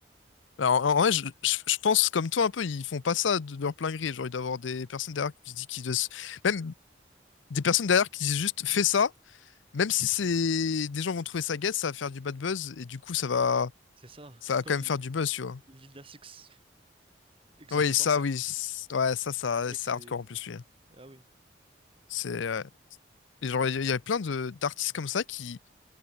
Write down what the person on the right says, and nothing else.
Donc,
euh,
C'est ça,
comme
Li-
Lil Nas X, exemple
parfait.
Mec,
c'est...
Ah oui,